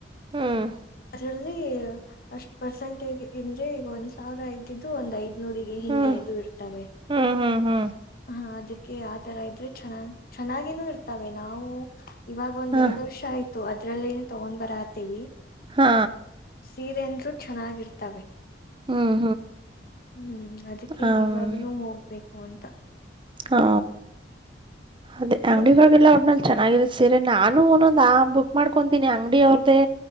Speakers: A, on the right; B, on the left.
A: ಹ್ಮ್.
B: ಅದರಲ್ಲಿ ಅಷ್ಟು ಪರ್ಸೆಂಟೇಜ್ ಅಂದ್ರೆ ಈಗ ಒಂದ್ ಸಾವಿರ ಇದ್ದಿದ್ದು ಒಂದ್ ಐದು. ನೂರಿಗೆ ಹಿಂಗೆ
A: ಹ್ಮ್
B: ಅದು ಇರುತ್ತವೆ.
A: ಹ್ಮ್ ಹ್ಮ್ ಹ್ಮ್
B: ಹಾ ಅದಕ್ಕೆ ಆತರ ಇದ್ರೆ ಚೆನ್ನಾಗ್ ಚೆನ್ನಾಗಿನು ಇರ್ತ. ವೆ ನಾವು ಇವಾಗ ಒಂದ್
A: ಹ
B: ಎರಡು ವರ್ಷ ಆಯ್ತು ಅದ್ರಲ್ಲಿ ತಗೊಂಡ್ ಬರತೇವಿ.
A: ಹಾ.
B: ಸೀರೆ ಅಂದರು ಚೆನ್ನಾಗಿರ್ತ.
A: ಹ್ಮ್
B: ಹ್ಮ್ ಅದಕ್ಕೆ
A: ಹ್ಮ್
B: ಇವಾಗನೂ ಹೋಗ್ಬೇಕು ಅಂತ.
A: ಹಾ. ಅದೇ ಅಂಗಡಿಗಳಗೆಲ್ಲ
B: ನಿಮ್
A: ಆದ್ಮೇಲೆ. ಚೆನ್ನಾಗಿರುತ್ತೆ ಸೀರೆ ನಾನು ಒಂದ ಒಂದ ಬುಕ್ ಮಾಡ್ಕೊತೀನಿ ಅಂಗಡಿ ಅವ್ರ್ದೇ